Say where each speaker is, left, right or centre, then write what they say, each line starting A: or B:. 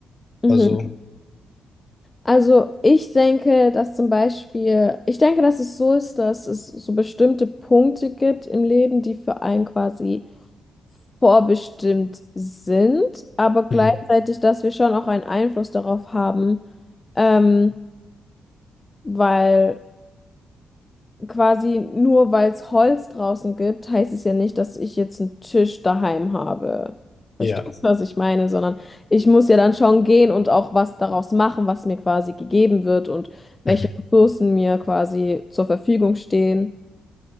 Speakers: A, on the left; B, on the left.
A: Mhm.
B: Also,
A: Also ich denke, dass zum Beispiel, ich denke, dass es so ist, dass es so bestimmte Punkte gibt im Leben, die für einen quasi vorbestimmt sind, aber gleichzeitig,
B: mhm,
A: dass wir schon auch einen Einfluss darauf haben, ähm, weil quasi nur weil es Holz draußen gibt, heißt es ja nicht, dass ich jetzt einen Tisch daheim habe. Verstehst
B: ja,
A: du, was ich meine? Sondern ich muss ja dann schon gehen und auch was daraus machen, was mir quasi gegeben wird und welche
B: mhm,
A: Ressourcen mir quasi zur Verfügung stehen.